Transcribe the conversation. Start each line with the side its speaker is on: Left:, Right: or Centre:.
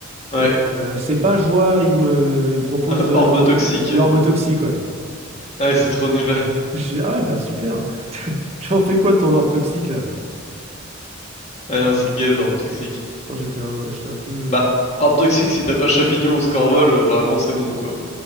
Left: Ouais.
Right: Et euh, c'est pas je vois, il me, il me propose
Left: <laughs>
Right: l'orbe,
Left: Orbe toxique.
Right: l'orbe toxique, ouais.
Left: Ah c'est trop nul.
Right: Je dis, ah ouais, bah super. <laughs> J'en fais quoi de ton orbe toxique, là?
Left: Ah non c'est gaze Orbe toxique.
Right: Non, j'étais un, j'étais un peu...
Left: Bah, Orb toxique si t'as pas Champignon ou Scorvol, euh, vraiment c'est non, quoi.